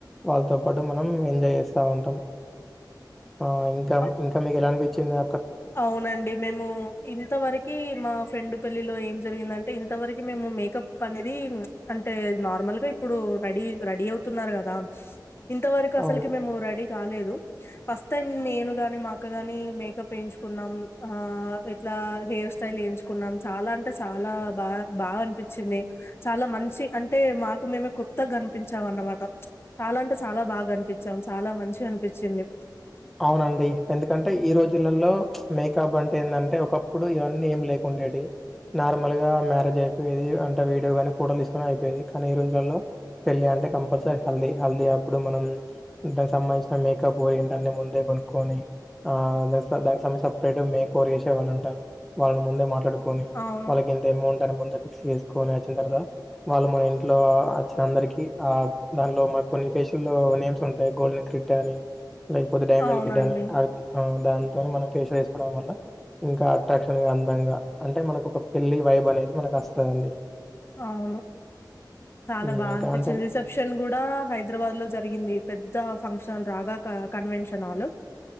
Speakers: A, in the centre; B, on the left.
A: వాళ్ళతో పాటు మనం ఎంజాయ్ చేస్తా ఉంటాం. ఆహ్ ఇంక
B: అ
A: ఇంక మీకు ఎలా అనిపించిందా
B: అవునండి మేము ఇంతవరకి మా ఫ్రెండ్ పెళ్ళిలో ఏం జరిగిందంటె ఇంతవరకి మేము మేకప్ అనేది అన్ టె నార్మల్గా ఇప్పుడు రెడీ రెడి అవుతున్నారు గదా ఇంతవరకు అసల్కి
A: అవును.
B: మేము రెడీ గాలేదు ఫస్ట్ టైం నేను గాని మా అక్క గాని మేకప్ ఎంచుకున్నాం ఆహ్ ఇట్లా హెయిర్ స్టైల్ ఎంచుకున్నాం చాలా అంటే చాలా బా బా బాగ అనిపించింది చాలా మంచి అంటె మాకు మేమే కొత్త గనిపించాం అన్నమాట చాలా టె చాలా బాగా కనిపించాం చాలా మంచిగ అనిపించింది.
A: అవునండి ఎందుకంటే ఈ రోజులల్లో మేకబ్ అంటే ఏందంటే ఒకప్పుడు ఇవన్నీ ఏం లేకుండెటియి నార్మల్ గా మ్యారేజ్ అయిపోయేది అంటే వీడియో గానీ, ఫోటోలు తీసుకొని అయిపోయేది కానీ ఈ రోజులల్లో పెళ్ళి అంటే కంపల్సరీ హల్దీ హల్దీ అప్పుడు మనం దానికి సంబంధించిన మేకప్ అన్ని ముందే కొనుక్కోని ఆహ్ దాని స దాని సంబంధించిన సపరేట్ మెకోవర్ చేషెవాళ్ళు ఉంటరు వాళ్ళు మొ ముందే మాట్లాడుకొని
B: అవును
A: వాళ్ళకి ఇంత అమౌంట్ అని ముందె ఫిక్స్ చేసుకొని ఒచ్చిన తర్వత వాళ్ళు మన ఇంట్లో అచ్చిన అందరికి ఆహ్ దానిలో మన కొన్ని ఫేషిల్లొ నేమ్స్ ఉంటయి గోల్డెన్ కిట్టా అని లేకపోతే డైమండ్
B: అవునండి.
A: కిట్టా అని అది అహ్ దాంతోని మనం ఫెషియల్ ఎసుకోవడం వల్ల ఇంకా అట్రాక్షన్ గా అందంగా అంటె మనకు ఒక పెళ్ళి వైబ్ అనేది ది మనకొస్తదండి
B: ఆవును చాలా
A: ఉమ్,
B: బా
A: ఇంకా
B: అనిపిచింది
A: అంటే
B: రిసెప్షన్ గూడా హైద్రాబాద్ లో జరిగింది పెద్ ద్ద ఫంక్షన్ రాగాక కన్వెన్షన్ హలు